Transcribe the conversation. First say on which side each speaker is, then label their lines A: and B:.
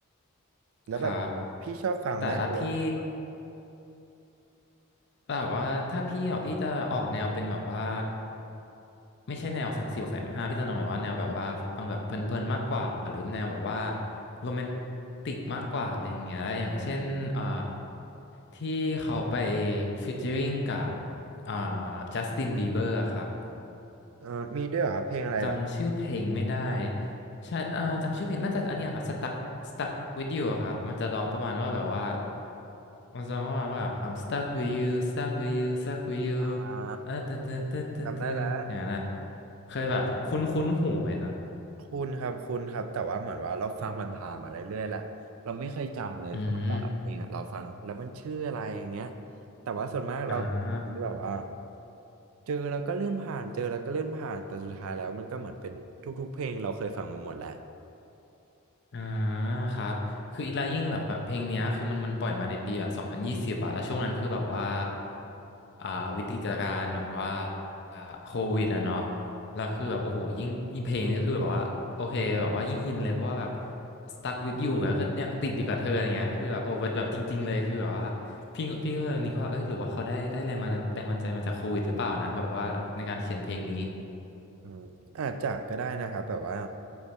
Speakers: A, on the right; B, on the left.
A: แล้วแบบพี่ชอบฟังไหมเออเนี่ย
B: ครับแต่ถ้าพี่ แบบว่าถ้าพี่อ่ะพี่จะออกแนวเป็นแบบว่าไม่ใช่แนวสายสี่บวกสายห้าพี่จะนองแบบว่าแนวแบบว่าฟังแบบเพลินๆมากกว่าหรือแนวแบบว่าโรแมนติกมากกว่าอะไรอย่างเงี้ยอย่างเช่นเอ่อที่เขาไปฟีเจอริงกับเอ่อจัสตินบีเบอร์ครับ
A: เออมีด้วยเหรอครับเพลงอะไรเหรอ
B: จำชื่อเพลงไม่ได้ใช่เอ่อจำชื่อเพลงน่าจะอันเนี้ยครับ stuck stuck with you อะครับ มันจะร้องประมาณว่าแบบว่ามันจะร้องประมาณว่า I'm stuck with you stuck with you stuck with you
A: อ่า
B: เออเตึ๊ดตึ๊ดตึ๊ตึตึอย่างนั้นอะ
A: จำได้แล้ว
B: เคยแบบคุ้นคุ้นหูไหมครับ
A: คุณครับคุณครับแต่ว่าเหมือนว่าเราฟังมันผ่านๆมาเรื่อยๆแหละเราไม่เคยจำเลยตอนแต่ละเพลงอะเราฟังแล้วมันชื่ออะไรอย่างเงี้ย
B: อืม
A: แต่ว่าส่วนมากเราคนที่แบบว่า
B: อ่า
A: เจอแล้วก็เลื่อนผ่านเจอแล้วก็เลื่อนผ่านแต่สุดท้ายแล้วมันก็เหมือนเป็นทุกๆเพลงเราเคยฟังมาหมดแล้ว
B: อ่าครับคืออีลายิ่งแบบแบบเพลงเนี้ยคือมันมันปล่อยมาในปีแบบสองพันยี่สิบอะแล้วช่วงนั้นคือแบบว่าอ่าวิกฤตการณ์แบบว่าอ่าโควิดอะเนาะแล้วคือแบบโอ้โหยิ่งยิ่งเพลงก็คือแบบว่าโอเคแบบว่ายิ่งอินเลยเพราะว่าแบบ stuck with you เนี่ยก็ยังติดอยู่กับเธออย่างเงี้ยก็คือแบบโอ้เป็นแบบจริงๆเลยคือแบบว่าพี่พี่ก็เลยนี่ก็เอ้ยหรือว่าเขาได้ได้แรงมาแรงบันดาลใจมาจากโควิดหรือเปล่านะแบบว่าในการเขียนเพลงนี้
A: อืมอาจจะก็ได้นะครับแบบว่า